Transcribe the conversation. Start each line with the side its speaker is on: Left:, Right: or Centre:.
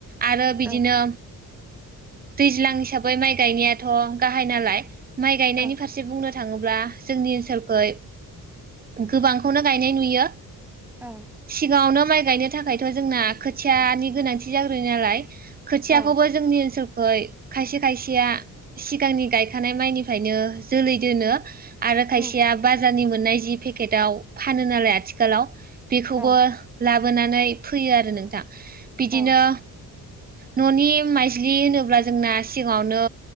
Right: आरो बिदिनो
Centre: औ
Right: दैज्लां हिसाबै माइ गायनायाथ' गाहाय नालाय माइ गायनायनि
Centre: औ
Right: फारसे बुंनो था थाङोब्ला जोंनि ओनसोलखौ गोबांखौनो गायनाय नुयो।
Centre: औ।
Right: सिगाङावनो माइ गायनो थाखायथ' जोंना खोथियानि गोनांथि जाग्रो नालाय खोथियाखौबो
Centre: औ
Right: जोंनि ओनसोल खै खायसे खायसेया सिगांनि गायखानाय माइनिफ्रायनो जोलै दोनो। आरो खायसेया
Centre: उम
Right: बाजारनि मोननाय जि पेकेटाव फानो नालाय आथिखालाव बेखौबो
Centre: औ
Right: लाबोनानै फोयो आरो नोंथां बिदिनो
Centre: औ
Right: न'नि माइज्लि होनोब्ला जोंना सिगाङावनो